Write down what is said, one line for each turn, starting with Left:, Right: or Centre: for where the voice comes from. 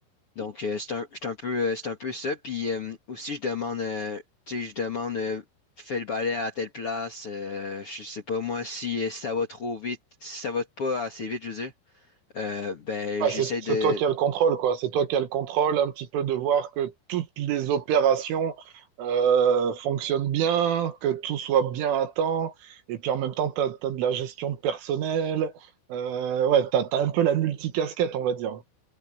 Left: Donc, euh, c'est un, c'est un peu, euh, c'est un peu ça. Puis euh, aussi, je demande, euh, tu sais, je demande, euh, fais le balai à telle place. euh, je sais pas moi si, euh, si ça va trop vite, si ça va pas assez vite, je veux dire. euh, ben,
Right: Ah,
Left: j'essaie
Right: c'est, c'est
Left: de
Right: toi qui as le contrôle, quoi. C'est toi qui as le contrôle un petit peu de voir que toutes les opérations euh, fonctionnent bien, que tout soit bien à temps. Et puis en même temps, tu as, de la gestion de personnel. Euh, ouais, tu as, un peu la multicasquette, on va dire.